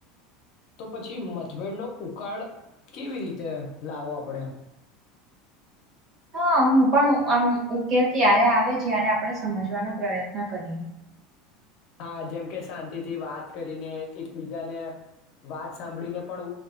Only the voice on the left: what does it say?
તો પછી મતભેડનો ઉકાળ, કેવી રીતે લાવો પડે?
હા, જેમ કે શાંતિથી વાત કરીને એકબીજાને વાત સાંભળીને પણ